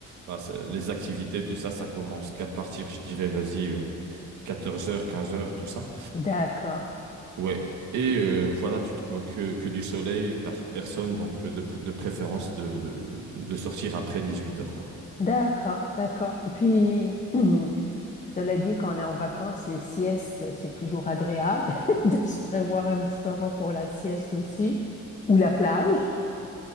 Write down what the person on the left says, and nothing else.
d'accord,
d'accord, d'accord. Puis, <clears throat> cela dit, quand on est en vacances, les siestes, c'est toujours agréable <laughs> de se prévoir un petit moment pour la sieste aussi, ou la plage.